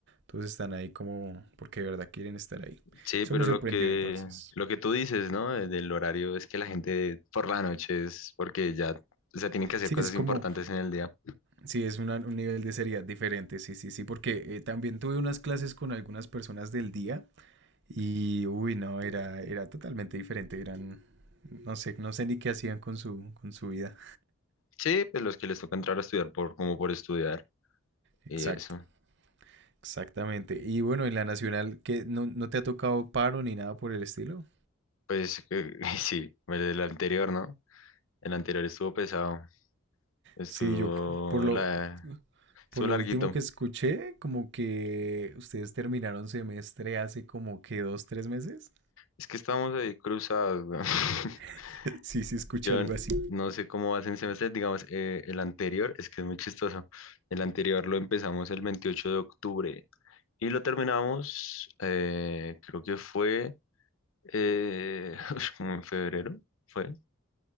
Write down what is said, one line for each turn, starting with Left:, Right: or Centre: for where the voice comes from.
Right: todos están ahí como porque de verdad quieren estar ahí.
Left: sí,
Right: Eso
Left: pero
Right: me sorprendió
Left: lo que,
Right: entonces.
Left: lo que tú dices, ¿no? de- Del horario es que la gente por la noche es porque ya, o sea, tienen que hacer
Right: Sí,
Left: cosas
Right: es como,
Left: importantes en el día.
Right: Sí, es una- un nivel de seriedad diferente, sí, sí, sí, porque eh, también tuve unas clases con algunas personas del día y, uy, no, era, era totalmente diferente, eran, no sé, no sé ni qué hacían con su, con su vida.
Left: Sí, pues los que les toca entrar a estudiar por, como por estudiar
Right: Exacto,
Left: y eso.
Right: exactamente. Y bueno, en la nacional, ¿qué, no, no te ha tocado paro ni nada por el estilo?
Left: Pues eh, <laughs> sí, el el anterior, ¿no? El anterior estuvo pesado. Estuvo
Right: Sí, yo, por lo,
Left: la, Estuvo
Right: por lo
Left: larguito.
Right: último que escuché, como que ustedes terminaron semestre hace como que dos, tres meses.
Left: Es que estamos ahí cruzados. weón. <laughs>
Right: <laughs> Sí, sí, escuché
Left: Yo
Right: algo
Left: n-
Right: así.
Left: no sé cómo vas en semestre, digamos, eh, el anterior, es que es muy chistoso. El anterior lo empezamos el 28 de octubre y lo terminamos, eh, creo que fue eh, <laughs> como en febrero, fue.